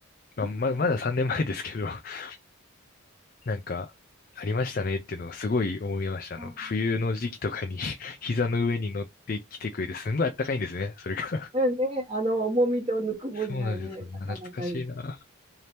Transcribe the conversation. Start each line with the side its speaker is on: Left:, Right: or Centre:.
Left: まあ、
Right: うん。
Left: ま、まだ三年前ですけど、<laughs> なんか、ありましたねっていうのをすごい思いました。
Right: あ
Left: あの、冬の時期とかに <laughs> 膝の上に乗ってきてくれて、すんごいあったかいんですね、それが。<laughs>
Right: あ、うんね、あの、重みとぬくもりがね、
Left: そうなんですよ。
Right: なかなかいい。
Left: あ懐かしいな。